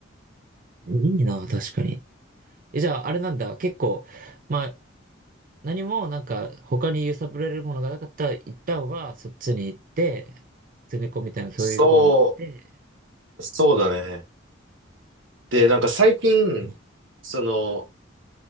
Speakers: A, on the right (about 45°); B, on the right (about 80°).
A: いいな、確かに。え、じゃあ、あれなんだ。結構、まあ、何もなんか他に揺さぶられるものがなかったら一旦はそっちに行って、ゼネコンみたいなそういうところに行って、
B: そ
A: っ
B: う、そうだね。で、
A: ていう感じ。
B: なんか最近、
A: うん。
B: その、